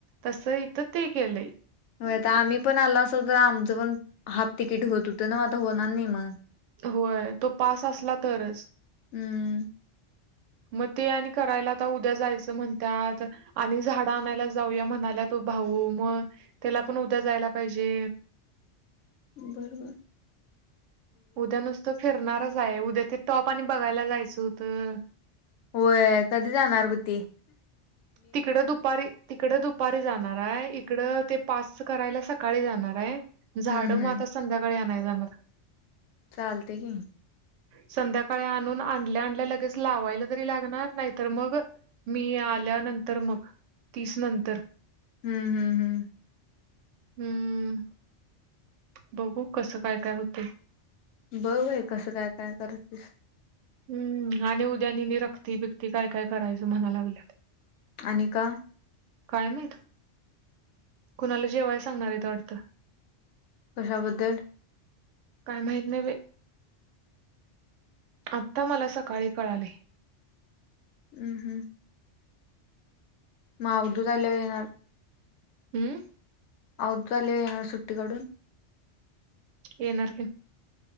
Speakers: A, on the right; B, on the left.
A: तस इथ ते केलंय
B: होय आता आम्ही पण आलो असो तर आमचं पण हाफ तिकीट होत होतं ना आता होणार नाही मग
A: होय तो पास असला तरच
B: हम्म
A: मग ते आणि करायला आता उद्या जायचं म्हणतात आणि झाडं आणायला जाऊया म्हणाल्या त भाऊ मग त्याला पण उद्या जायला पाहिजे.
B: बरो बर.
A: उद्या नुसतं फिरणारच आहे उद्या ते टॉप आणि बघायला जायचं होतं.
B: होय कधी जाणार मग ती
A: तिकड दुपारी. तिकड दुपारी जाणार आहे इकडं ते पास करायला सकाळी जाणार आहे. झाड
B: हम्म
A: मग
B: हम्म
A: आता संध्याकाळी आणय जाणार.
B: चालते की
A: संध्याकाळी आणून आणल्या आणल्या लगेच लावायला तरी लागणार नाहीत मग मी आल्यानंतर मग तीस नंतर
B: हम्म हम्म हम्म.
A: हम्म. बघू कसं काय काय होत.
B: बघ बाय कसं काय काय करतीस.
A: हम्म आणि उद्या नि रक्ती बिकती काय काय करायचं म्हणा लागल्यात.
B: आणि का?
A: काय माहित कुणाला जेवाय सांगणार आहे वाटत.
B: कशाबद्दल?
A: काय माहित नाही बाई. आता मला सकाळी कळाले.
B: हम्म हम्म. माऊली झाल्यावर येणार.
A: हम्म.
B: आवदूत आल्यावर येणार सुट्टीकडून
A: येणारकि